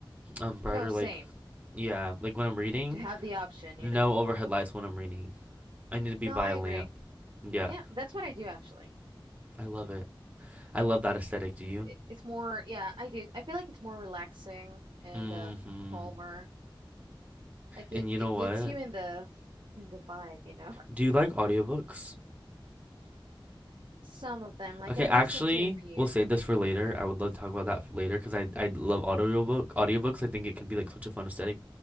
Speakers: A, on the right; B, on the right.
A: um brighter
B: No, same.
A: like yeah like when i'm reading
B: To have the option, you
A: no
B: know.
A: overhead lights when i'm reading i need to be
B: No,
A: by
B: I
A: a
B: agree.
A: lamp yeah
B: Yeah, that's what I do actually.
A: i love it i love that aesthetic do you
B: It- It's more, yeah, I do. I feel like it's more relaxing and
A: mm-hmm
B: uh calmer. Like
A: and
B: it
A: you
B: it
A: know what
B: gets you in the in the vibe, you know.
A: do you like audiobooks
B: Some of them, like
A: Okay,
B: I've
A: actually,
B: listened to a few.
A: we'll save this for later. I would love to talk about that later because I I love audiobook audiobooks. I think it could be like such a fun aesthetic.